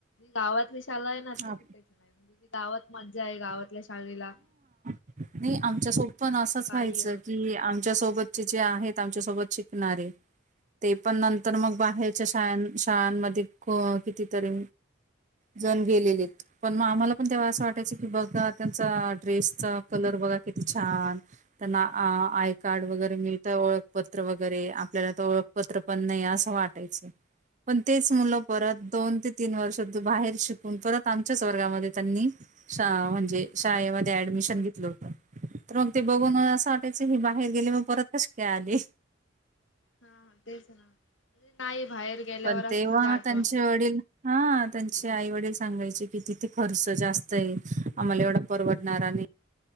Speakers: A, on the left (about 70°); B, on the right (about 40°).
A: गावातले शाळा आहे ना ती
B: हा.
A: कुठेच नाही. म्हणजे गावात मज्जा आहे गावातल्या शाळेला.
B: नाही आमच्यासोब
A: हा
B: पण असंच
A: बाई
B: व्हायचं
A: व
B: कि आमच्या सोबत जे आहेत आमचा सोबतचे शिकणारे, ते पण नंतरन मग
A: हा
B: बाहेरचे शाळ शाळांमध्ये कितीतरी जण गेलेलेत पण मग आम्हा पण तेव्हा असं वाटायचं की बघा त्यांचा ड्रेसचा कलर बघा किती छान त्यांना आय कार्ड वगैरे मिळ ओळखपत्र वगैरे आपल्याला तर ओळखपत्र पण नाही असं वाटायचं पण तेच मुलं परत दोन ते तीन वर्ष तू बाहेर शिकून परत आमच्याच वर्गामध्ये त्यांनी म्हणजे शाळेमध्ये ऍडमिशन घेतल तर मग ते बघून असं वाटायचं की बाहेर गेले मग परत कशी का आली
A: हा हा तेच नाे ना बाहेर गेल्यावर
B: पण
A: असं
B: तेव्हा
A: म्हणजे आठवण
B: त्यांचे
A: येत
B: वडील हा, त्यांचे आई वडील सांगायचे की तिथे खर्च जास्त ये. आम्हाला एवढा परवडणार आणि,